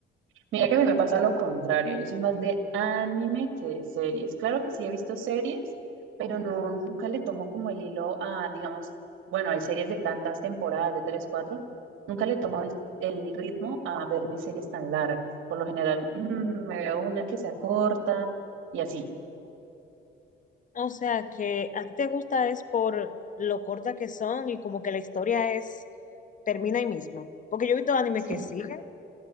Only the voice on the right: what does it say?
Mira que a mí me pasa lo contrario, yo soy más de anime que de series. Claro que sí he visto series, pero no, nunca le tomo como el hilo a, digamos, bueno, hay series de tantas temporadas, de tres, cuatro, nunca le tomo el, el ritmo a verme series tan largas. Por lo general, mm, me veo una que sea corta y así.
Sí,